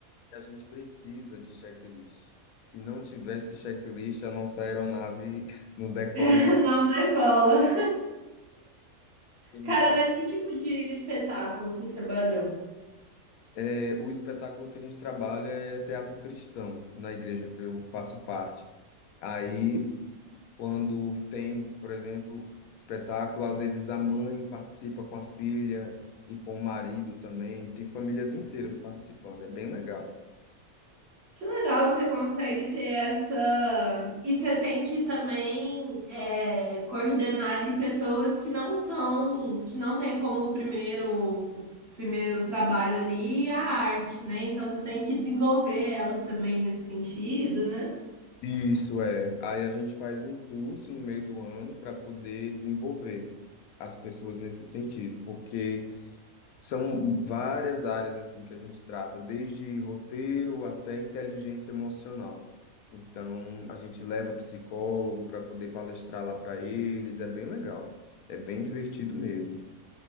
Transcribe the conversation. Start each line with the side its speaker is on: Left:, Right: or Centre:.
Left: A gente precisa de checklist. Se não tivesse checklist, a nossa aeronave <laughs> não decola
Right: <laughs>
Left: e nem
Right: não decola.
Left: tem muita.
Right: Cara, mas que tipo de espetáculo você trabalhou?
Left: É, o espetáculo que a gente trabalha é teatro cristão, na igreja que eu faço parte. Aí, quando tem, por exemplo, espetáculo, às vezes a mãe participa com a filha e com o marido também. Tem famílias inteiras participando, é bem legal.
Right: Que legal, você consegue ter essa. E você tem que também é, coordenar ali pessoas que não são, que não têm como primeiro, primeiro trabalho ali é a arte, né? Então você tem que desenvolver elas também nesse sentido, né?
Left: Isso é. Aí a gente faz um curso no meio do ano para poder desenvolver as pessoas nesse sentido, porque são várias áreas assim que a gente trata, desde roteiro até inteligência emocional. Então, a gente leva psicólogo para poder palestrar lá para eles, é bem legal. É bem divertido mesmo.